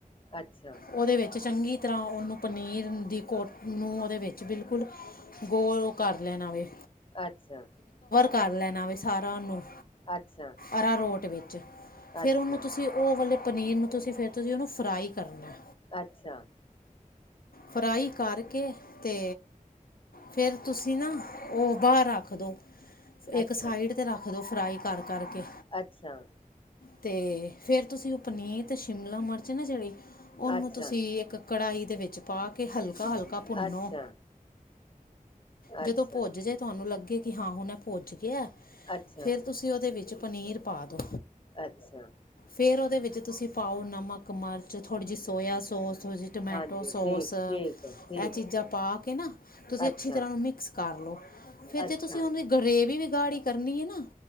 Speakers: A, on the left; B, on the left.
A: ਅੱਛਾ ਅੱਛਾ
B: ਉਹਦੇ ਵਿੱਚ ਚੰਗੀ ਤਰ੍ਹਾਂ ਉਹਨੂੰ ਪਨੀਰ ਦੀ ਕੋਟ ਨੂੰ ਉਹਦੇ ਵਿੱਚ ਬਿਲਕੁਲ ਗੋਲ ਕਰ ਲੈਣਾ ਆਵੇ।
A: ਅੱਛਾ‌।
B: ਕਰ ਲੈਣਾ ਵੈ ਸਾਰਾ ਉਹਨੂੰ
A: ਅੱਛਾ!
B: ਅਰਾਰੋਟ ਵਿੱਚ
A: ਅੱਛਾ
B: ਫੇਰ ਉਹਨੂੰ ਤੁਸੀਂ ਉਹ ਵਾਲੇ ਪਨੀਰ ਨੂੰ ਤੁਸੀਂ ਫਿਰ ਤੁਸੀਂ ਉਹਨੂੰ ਫਰਾਈ ਕਰਨਾ।
A: ਅੱਛਾ!
B: ਫਰਾਈ ਕਰਕੇ ਤੇ ਫੇਰ ਤੁਸੀਂ ਨਾ ਉਹ ਬਾਹਰ ਰੱਖ ਦਿਓ।
A: ਅੱਛਾ
B: ਇੱਕ ਸਾਈਡ ਤੇ ਰੱਖ ਕਦੋਂ ਫਰਾਈ ਕਰਕੇ ਕਰਕੇ,
A: ਅੱਛਾ
B: ਤੇ ਫੇਰ ਤੁਸੀਂ ਉਹ ਪਨੀਰ ਸ਼ਿਮਲਾ ਮਰ ਨਾ ਜਿਹੜੀ ਉਹਨੂੰ
A: ਅੱਛਾ
B: ਤੁਸੀਂ ਇੱਕ ਕੜਾਹੀ ਦੇ ਵਿੱਚ ਪਾ ਕੇ ਹਲਕਾ- ਹਲਕਾ ਭੁੰਨੋ,
A: ਅੱਛਾ
B: ਜਦੋਂ
A: ਅੱਛਾ
B: ਪੁੱਜ ਜੇ ਤੁਹਾਨੂੰ ਲੱਗੇ ਕਿ ਹਾਂ ਹੁਣੇ ਪੁੱਜ ਗਿਆ।
A: ਅੱਛਾ
B: ਫੇਰ ਤੁਸੀਂ ਉਹਦੇ ਵਿੱਚ ਪਨੀਰ ਪਾ ਦੋ,
A: ਅੱਛਾ
B: ਫੇਰ ਉਹਦੇ ਵਿੱਚ ਤੁਸੀਂ ਪਾਓ ਨਮਕ ਮਿਰਚ ਥੋੜ੍ਹੀ ਜਿਹੀ ਸੋਇਆ ਸੋਸ। ਸੋਸੋ ਟਮੈਟੋ
A: ਹਾਂਜੀ
B: ਠੋਸ
A: ਠੀਕ
B: ਇਹ
A: ਠੀਕ ਹੈ ਠੀਕ
B: ਚੀਜ਼ਾਂ
A: ਹੈ
B: ਪਾ ਕੇ ਨਾ ਤੁਸੀਂ
A: ਅੱਛਾ
B: ਅੱਛੀ ਤਰ੍ਹਾਂ ਉਹ ਨੂੰ ਮਿਕਸ ਕਰਲੋ ਫੇਰ
A: ਅੱਛਾ
B: ਤੇ ਤੁਸੀਂ ਗਰੇਵ। ਗਰੇਵੀ ਵੀ ਗਾੜੀ ਕਰਨੀ ਹੈ ਨਾ?